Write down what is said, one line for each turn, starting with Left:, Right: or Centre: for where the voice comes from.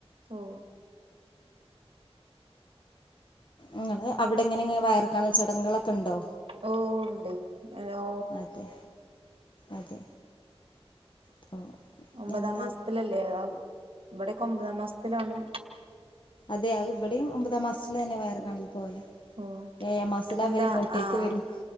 Right: ഓ
Left: ങ്ങനെ അവിടെ ങ്ങനെ ഇങ്ങനെ വയർക്കാണൽ ചടങ്ങെളൊക്കെ ണ്ടോ?
Right: ഓ ഉണ്ട് എ ഓ
Left: അതെ അതെ. അപ്പോൾ
Right: ഒമ്പതാ
Left: ഞങ്ങള്
Right: മാസ്ത്തിലല്ലേ അ ബ് വ്ടക്കെ ഒമ്പതാം മാസ്ത്തിലാണ്
Left: അതെ അത് ഇവിടെയും ഒമ്പതാം മാസത്തില് തന്നെ വയറ് കാണൽ പോവല്
Right: ഓ
Left: ഏഴാം മാസത്തില്
Right: എന്താ
Left: അവര് ഇങ്ങോട്ടേക്ക്
Right: ആഹ്
Left: വരും